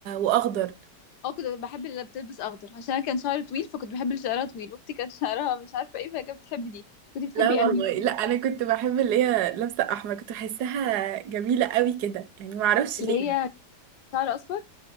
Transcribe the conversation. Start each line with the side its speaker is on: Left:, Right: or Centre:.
Right: واخضر
Left: اه كنت بحب اللي بتلبس اخضر عشان انا كان شعري طويل فكنت بحب اللي شعرها طويل واختي كان شعرها مش عارفه ايه فكانت بتحب دي كنت بتحبي
Right: لا والله
Left: انهي
Right: لا انا كنت بحب اللي هي لابسه احمر كنت بحسها جميله قوي كده يعني ما اعرفش
Left: اللي
Right: ليه
Left: هي شعر اصفر